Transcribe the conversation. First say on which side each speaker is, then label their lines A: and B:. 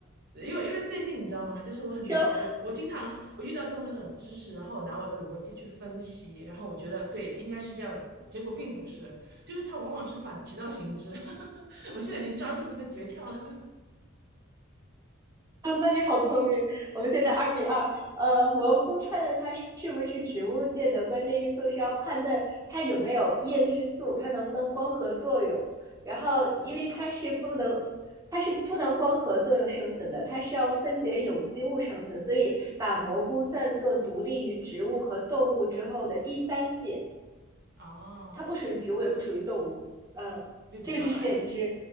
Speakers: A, on the right; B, on the right.
A: 因为因为最近你知道吗？就是我很拿我的，
B: <laughs> 说，
A: 我经常我遇到这种的冷知识，然后我拿我的逻辑去分析，然后我觉得对，应该是这样子，结果并不是，就是它往往是反其道行之。<laughs> 我现在已经抓住这个诀窍了
B: <laughs> 那你好聪明。我们现在二比二。呃，蘑菇判断它是不是植物界的关键因素是要判断它有没有叶绿素，它能不能光合作用。然后，因为它是不能，它是不能光合作用生存的，它是要分解有机物生存，所以把蘑菇算作独立于植物和动物之后的第三界。
A: <laughs> 哦，
B: 它不属于植物，也不属于动物。呃，
A: 就知道了，
B: 这个知识点其实
A: 哎，